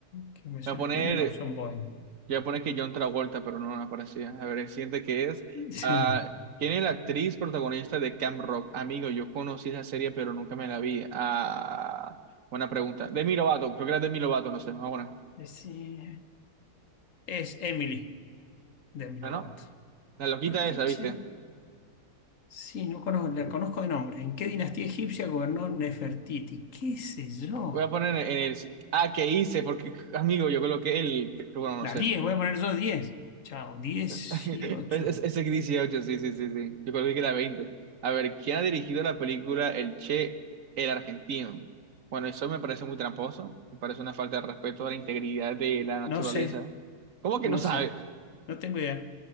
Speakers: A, on the left; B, on the right.
A: que me suena
B: Voy a poner,
A: judío, no, John Boyne.
B: voy a poner que John Travolta, pero no, no aparecía. A ver, el siguiente que es,
A: Sí.
B: ah, ¿quién es la actriz protagonista de Camp Rock? Amigo, yo conocí esa serie, pero nunca me la vi. Ah, buena pregunta. Demi Lovato, creo que era Demi Lovato, no sé, no, bueno.
A: Sí. Es Emily de Demi Lovato.
B: No, no, la loquita
A: ¿Por qué,
B: esa, ¿viste?
A: che? Sí, no conozco, la conozco de nombre. ¿En qué dinastía egipcia gobernó Nefertiti? ¿Qué sé yo?
B: Voy a poner en el, ah, ¿qué hice? Porque, amigo, yo coloqué el, bueno, no
A: La
B: sé.
A: 10, voy a poner yo 10. Chao, 18.
B: <laughs> Es, ese es 18, sí, sí, sí, sí. Yo creo que era veinte A ver, ¿quién ha dirigido la película El Che, el argentino? Bueno, eso me parece muy tramposo. Me parece una falta de respeto a la integridad de la naturaleza.
A: No sé.
B: ¿Cómo que
A: No
B: no sabe?
A: sé, no tengo idea.